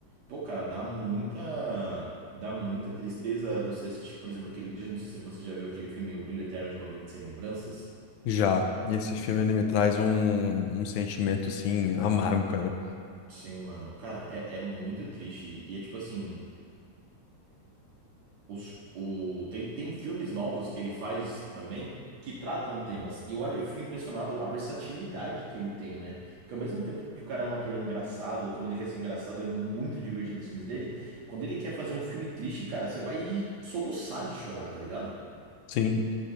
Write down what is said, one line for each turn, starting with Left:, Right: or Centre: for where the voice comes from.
Right: Pô, cara, dá muita, dá muita tristeza você assistir, por exemplo, aquele, já não sei se você já viu aquele filme O Brilho Eterno de uma Mente Sem Lembranças.
Left: já. E esse filme ele me traz um, um sentimento assim amargo, cara.
Right: Sim, mano. Cara, é, é muito triste. E é tipo assim, os, o, tem, tem filmes novos que ele faz também que tratam temas. E eu, acho- eu fico impressionado a versatilidade que ele tem, né? Porque ao mesmo tempo que o cara é um ator engraçado, quando ele quer ser engraçado, é muito divertido os filmes dele. Quando ele quer fazer um filme triste, cara, você vai soluçar de chorar, tá ligado?
Left: Sim.